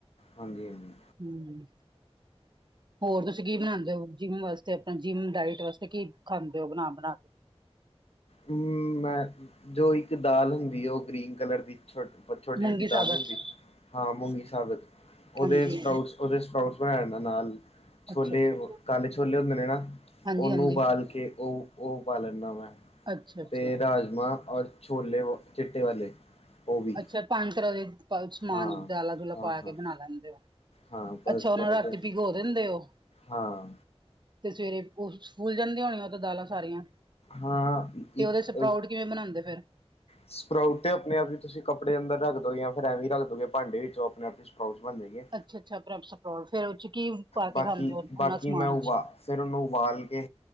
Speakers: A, on the left; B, on the right.
A: ਹਾਂਜੀ ਹਾਂਜੀ
B: ਹੂ, ਹੋਰ ਤੁਸੀਂ ਕੀ ਬਣਾਉਦੇ ਹੋ ਜਿੰਮ ਵਾਸਤੇ ਤੇ ਆਪਣਾ ਜਿੰਮ ਡਾਇਟ ਵਾਸਤੇ ਕੀ ਖਾਂਦੇ ਹੋ ਬਣਾ-ਬਣਾ ਕੇ
A: ਹੂ ਮੈਂ, ਜੋ ਇੱਕ ਦਾਲ ਹੁੰਦੀ ਉਹ ਗ੍ਰੀਨ ਕਲਰ ਦੀ ਛੋਟ ਓ ਛੋਟੀ-ਛੋਟੀ
B: ਮੂੰਗੀ
A: ਦਾਲ
B: ਸਾਬਤ
A: ਨੀ ਹੁੰਦੀ, ਹਾਂ ਮੂੰਗੀ ਸਾਬਤ ਉਹਦੇ
B: ਹਾਂਜੀ
A: ਸਪਾਉਟਸ ਉਹਦੇ ਸਪਾਉਟਸ ਬਣਾਣ ਨਾਲ ਛੋਲੇ
B: ਅੱਛਾ ਅੱਛਾ
A: ਕਾਲੇ ਛੋਲੇ ਹੁੰਦੇ ਨੇ, ਨਾ
B: ਹਾਂਜੀ
A: ਉਹਨੂੰ
B: ਹਾਂਜੀ
A: ਉਬਾਲ ਕੇ ਉਹ ਉਹ ਪਾ ਲੈਂਨਾ ਮੈਂ,
B: ਅੱਛਾ ਅੱਛਾ
A: ਤੇ ਰਾਜਮਾਂ ਔਰ ਛੋਲੇ ਔ ਚਿੱਟੇ ਵਾਲੇ ਉਹ ਵੀ
B: ਅੱਛਾ ਪੰਜ ਤਰ੍ਹਾਂ ਦੇ ਸਮਾਨ
A: ਹਾਂ
B: ਦਾਲਾਂ-ਦੂਲਾ
A: ਹਾਂ
B: ਪਾ ਕੇ
A: ਹਾਂ
B: ਬਣਾ ਲੈਂਦੇ ਹੋ?
A: ਹਾਂ ਪਲਸ
B: ਅੱਛਾ ਉਹਨੂੰ
A: ਵਗੈਰਾ
B: ਰਾਤੀ
A: ਤੇ
B: ਭੀਗੋ ਦਿੰਦੇ ਹੋ?
A: ਹਾਂ।
B: ਤੇ ਸਵੇਰੇ ਉਹ ਫੁਲ ਜਾਂਦੀਆਂ ਹੋਣੀਆਂ ਉਹ ਤਾਂ ਦਾਲਾਂ ਸਾਰੀਆਂ
A: ਹਾਂ
B: ਤੇ
A: ਇੱਕ
B: ਉਹਦੇ ਸਪਰਾਊਟ ਕਿਵੇਂ ਬਣਾਦੇ ਫਿਰ
A: ਸਪਰਾਊਟ ਤੇ ਆਪਣੇ ਆਪ ਹੀ ਤੁਸੀਂ ਕੱਪੜੇ ਅੰਦਰ ਰੱਖ ਦੋ ਜਾਂ ਫਿਰ ਐਵੇਂ ਰੱਖ ਦੋ ਗੇ ਭਾਂਡੇ ਵਿੱਚੋਂ ਆਪਣੇ ਆਪ ਈ। ਸਪਰਾਊਟਸ ਬਣ ਜਾਣ ਗੇ।
B: ਅੱਛਾ- ਅੱਛਾ ਸਪਰਾਊਟਸ, ਫੇਰ ਉਹ 'ਚ ਕੀ ਪਾ
A: ਬਾਕੀ
B: ਕੇ ਖਾਂਦੇ ਹੋ ਉਹਨਾਂ
A: ਬਾਕੀ
B: ਸਮਾਨ
A: ਮੈਂ ਉਬਾ
B: ਚ
A: ਫੇਰ ਉਨੂੰ ਉਬਾਲ ਕੇ